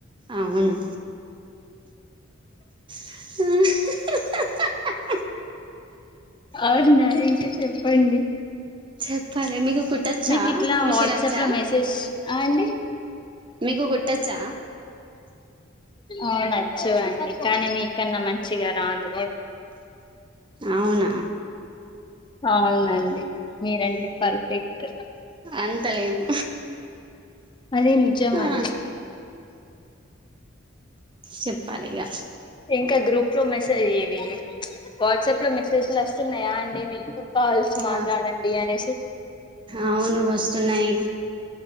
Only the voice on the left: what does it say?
అవునా ఇంక చెప్పండి?
మీకు ఇట్లా
వాట్సాప్
లో మెసేజ్ ఆ అండి
అవునోచ్చు అండి కానీ మీకన్నా మం చిగా రాదు
అవునండి మీరంటే పర్ఫెక్ట్
అదే నిజమండి
ఇంకా గ్రూప్ లో మెసేజ్ ఇది వాట్సాప్ లో మెసేజ్లు వస్తున్నాయా అండి మీరు కాల్స్ మాట్లాడండి
అనేసి